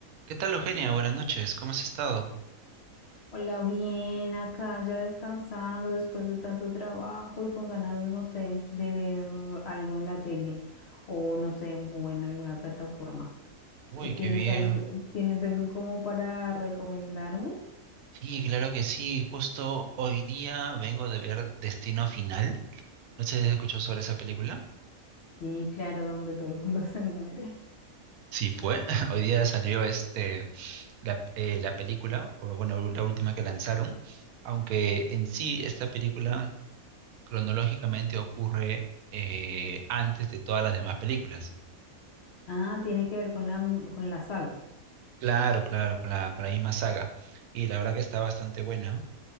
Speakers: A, on the right; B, on the left.
A: ¿Qué tal, Eugenia? Buenas noches, ¿cómo has estado?
B: Hola, bien, acá ya descansando después de tanto trabajo y con ganas, no sé, de ver algo en la tele o no sé, o en alguna plataforma.
A: Uy,
B: Eh, ¿Tienes
A: qué bien.
B: algo, tienes algo como para recomendarme?
A: Sí, claro que sí. Justo hoy día vengo de ver Destino Final. No sé si has escuchado sobre esa película.
B: Y claro, donde todo el mundo <laughs> se muere.
A: Sí, pues. <laughs> Hoy día salió este la, eh, la película, o bueno, la última que lanzaron. Aunque en sí esta película cronológicamente ocurre eh, antes de todas las demás películas.
B: Ah, tiene que ver con la, m- con la saga.
A: Claro, claro, con la, con la misma saga. Y la verdad que está bastante buena.